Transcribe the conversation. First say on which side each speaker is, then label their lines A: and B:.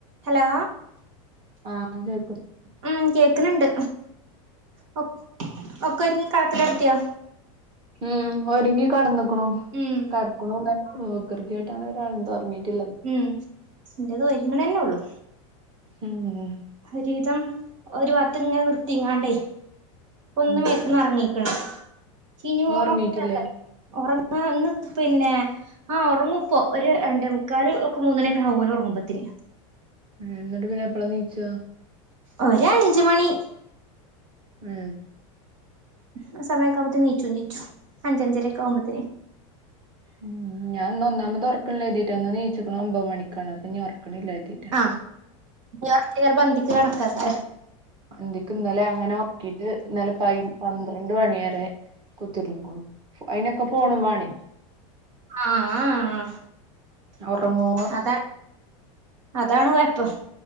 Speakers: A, on the right; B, on the right.
A: Hello
B: ആഹ് കേക്കുന്നു
A: ഉം കേക്ക്ണ് ണ്ട് ഒ ഒക്കെ ഒരുങ്ങി കെടക്കല് നടത്തിയൊ
B: ഉം ഒരുങ്ങി കെടന്ന്ക്കണു
A: ഉം
B: കെടക്കണുന്നെ വികൃതി ആയിട്ട് അങ്ങനെ ഒരാളുണ്ട് ഉറങ്ങീട്ടില്ല
A: ഉം എന്റെത് ഒര്ങ്ങണന്നേ ഉള്ളൂ
B: ഉം ഉം
A: ഒരു വിധം ഒരു ഭാഗത്ത് ഇങ്ങനെ നിർത്തീങ്ങാണ്ടേ ഒന്ന്
B: ഉം
A: മേത്തിന്നു എറങ്ങീക്കണ് <unintelligible>
B: ഇന്ന് ഉറങ്ങീട്ടില്ലേ
A: അന്ന് പിന്നെ ആഹ് ഒറങ്ങുപ്പോ ഒരു രണ്ടേ മുക്കാല് ഒക്കെ മൂന്നണിയെക്കാവും ഓര് ഒറങ്ങുമ്പോത്തിന്
B: മ്ഹ് എന്നിട്ട് പിന്നെ എപ്പള് എനീച്ചാ
A: ഒര് അഞ്ച് മണി
B: മ്ഹ്
A: ആഹ് സമയൊക്ക ആകുമ്പോത്തേനും നീച്ചും എനീചിച്ചും അഞ്ചഞ്ചരേക്ക ആകുമ്പത്തേനെ
B: ഉം ഉം ഞാൻ ഇന്ന് ഒന്നാമത് <unintelligible> ഇന്ന് എനീച്ച്ക്കണത് ഒമ്പത് മണിക്കാണ് അപ്പൊ ഇനി ഒറക്കണില്ല <unintelligible>
A: അഹ് <unintelligible> ചെലപ്പോ അന്തിക്ക് കണക്കാക്ക
B: അന്തിക്ക് ഇന്നലെ അങ്ങനെ ഒറക്കീട്ട് ഇന്നലെ പയ് പന്ത്രണ്ട് മണി വരെ കുത്തി ഇരിന്ന്ക്കണു ഫോ അയിനൊക്കെ ഫോണും വാണേ
A: ആഹ് ആഹ്
B: ഒറങ്ങൂ
A: അതാ അതാണ് കൊയപ്പം